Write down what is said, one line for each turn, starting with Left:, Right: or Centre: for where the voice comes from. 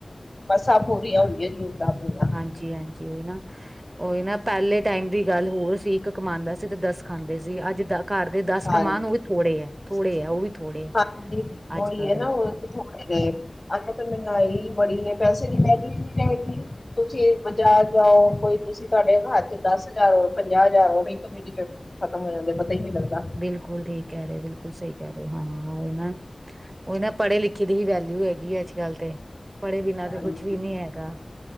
Left: ਮਸਾਂ ਪੂਰੀਆਂ ਹੋਦੀਆਂ ਜ਼ਰੂਰਤਾਂ ਆਪਣੀਆਂ
Right: ਹਾਂਜੀ-ਹਾਂਜੀ ਉਹ ਨਾ ਉਹੀ ਨਾ ਪਹਿਲੇ ਟਾਈਮ ਦੀ ਗੱਲ ਹੋਰ ਸੀ ਇੱਕ ਕਮਾਉਂਦਾ ਸੀ ਤੇ ਦੱਸ ਖਾਂਦੇ ਸੀ ਅੱਜ ਦਾ ਘਰ ਦੇ ਦਸ ਕਮਾਨ
Left: ਹਾਂਜੀ
Right: ਉਹ ਵੀ ਥੋੜੇ ਹੈ ਥੋੜੇ ਆ ਉਹ ਵੀ ਥੋੜੇ ਹੈ
Left: ਹਾਂਜੀ,
Right: ਅੱਜ
Left: ਉਹੀ
Right: ਕੱਲ
Left: ਹੈ
Right: ਦੇ
Left: ਨਾ ਉਹ ਥੋੜੇ- ਅੱਜ ਕੱਲ੍ਹ ਮਹਿੰਗਾਈ ਬੜੀ ਹੈ ਪੈਸੇ ਦੀ ਵੈਲਿਊ ਹੀ ਨਹੀਂ ਰਹੇਗੀ। ਤੁਸੀਂ ਬਜ਼ਾਰ ਜਾਓ ਕੋਈ ਤੁਸੀਂ ਤੁਹਾਡੇ ਹੱਥ ਚ ਦੱਸ ਹਜ਼ਾਰ ਹੋਣ ਪੰਜਾਹ ਹਜ਼ਾਰ ਹੋਣ ਨਹੀਂ ਤਾਂ। ਇੰਨੀ ਜਲਦੀ ਖ਼ਤਮ ਹੋ ਜਾਂਦੇ ਪਤਾ ਹੀ ਨੀ ਲੱਗਦਾ।
Right: ਬਿਲਕੁਲ ਠੀਕ ਕਹਿ ਰਹੇ ਬਿਲਕੁਲ ਸਹੀ ਕਹਿ ਰਹੇ ਹਾਂ ਉਹ ਨਾ। ਉਹ ਨਾ ਪੜ੍ਹੇ ਲਿਖੇ ਦੀ ਹੀ ਵੈਲਿਊ ਹੈਗੀ ਆ ਅੱਜ ਕੱਲ੍ਹ ਤੇ। ਪੜ੍ਹੇ ਬਿਨਾਂ ਤੇ
Left: ਹਾਂਜੀ
Right: ਕੁਛ ਵੀ ਨਹੀਂ ਹੈਗਾ